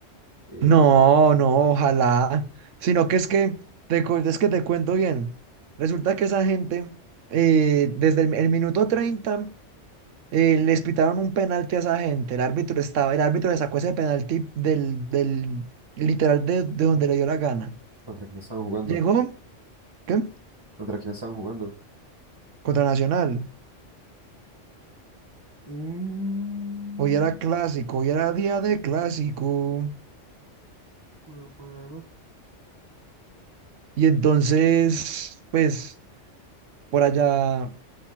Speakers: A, on the right; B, on the right.
A: El-
B: No, no, ojalá. Sino que es que te, cu- es que te cuento bien. Resulta que esa gente, eh, desde el el minuto treinta eh, les pitaron un penalti a esa gente. El árbitro estaba, el árbitro le sacó ese penalti del, del literal de, de donde le dio la gana.
A: ¿Contra quién estaban jugando?
B: Llegó, ¿qué?
A: ¿Contra quién estaban jugando?
B: Contra Nacional.
A: Mm,
B: Hoy era clásico, hoy era día de clásico.
A: mamaron.
B: Y entonces, pues, por allá,